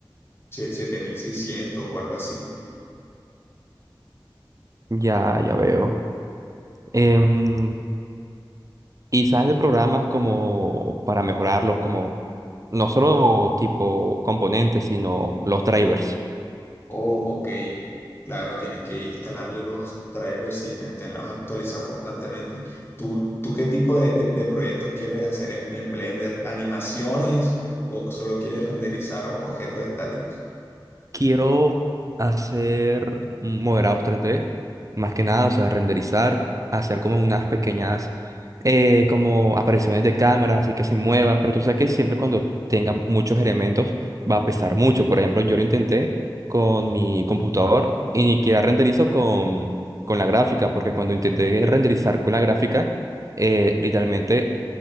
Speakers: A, on the left; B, on the right.
A: sie- siete mil seiscientos o algo así.
B: Ya, ya veo. Em, Y sabes de programas como para mejorarlos, como no solo tipo componentes, sino los drivers.
A: Oh, ok, claro, tienes que instalarle los drivers y ten- tenerlos actualizados constantemente. ¿Tú, tú qué tipo de, de- de proyectos quieres hacer en, en Blender? ¿Animaciones o solo quieres renderizar o- objetos estáticos?
B: Quiero hacer moderados tres d más que nada, o sea, renderizar, hacer como unas pequeñas eh, como apariciones de cámara, así que se muevan, pero tú sabes que siempre cuando tenga muchos elementos va a pesar mucho. Por ejemplo, yo lo intenté con mi computador y ni siquiera renderizo con, con la gráfica, porque cuando intenté renderizar con la gráfica, eh, literalmente